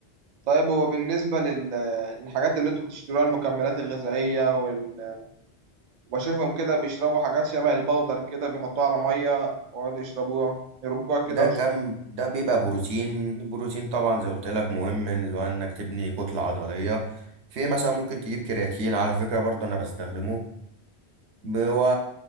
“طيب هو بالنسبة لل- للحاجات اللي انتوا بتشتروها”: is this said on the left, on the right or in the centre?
Right